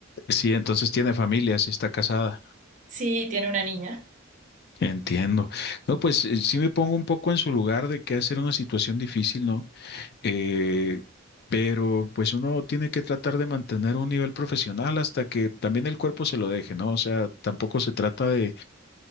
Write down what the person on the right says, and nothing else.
Sí, tiene una niña.